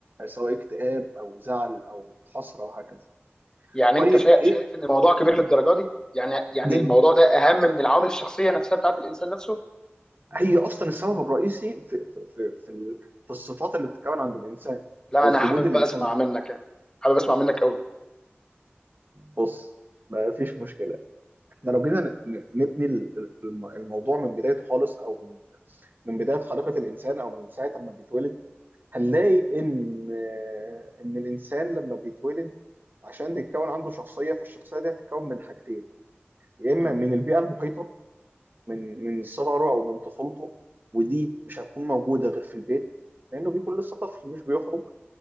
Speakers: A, on the right (about 50°); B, on the left (about 20°).
A: سواء اكتئاب أو زعل أو حسرة وهكذا
B: يعني
A: طيب
B: انت شا-
A: إيه
B: شايف ان الموضوع كبير للدرجه دي يعني يعني
A: جدا
B: الموضوع ده اهم من العوامل الشخصيه نفسها بتاعت الانسان نفسه
A: هي أصلا السبب الرئيسي في في في في, ال... في الصفات اللي بتتكون عند الإنسان
B: لا
A: أو
B: انا
A: في
B: حابب
A: وجود الإنسان
B: بقى اسمع
A: ده.
B: منك يعني حابب اسمع منك قوي
A: بص ما فيش مشكلة احنا لو جينا ن- ن- نبني ال- ال- الم- الموضوع من بدايته خالص أو من من بداية خليقة الإنسان أو من ساعة ما بيتولد هنلاقي إن آه، إن الإنسان لما بيتولد عشان تتكون عنده شخصية فالشخصية دي هتتكون من حاجتين يا إما
B: مم.
A: من البيئة المحيطة من من صغره أو من طفولته ودي مش هتكون موجودة غير في البيت لأنه بيكون لسه طفل مش بيخرج